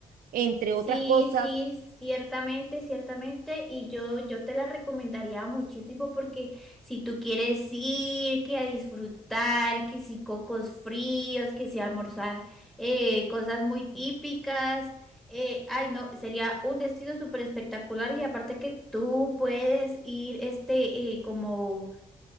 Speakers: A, on the right (about 80°); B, in the centre.
A: Entre
B: Sí,
A: otras cosas,
B: sí, ciertamente, ciertamente. Y yo, yo te la recomendaría muchísimo porque si tú quieres ir, que a disfrutar, que si cocos fríos, que si almorzar eh, cosas muy típicas. eh, ay, no, sería un destino súper espectacular y aparte que tú puedes ir este eh, como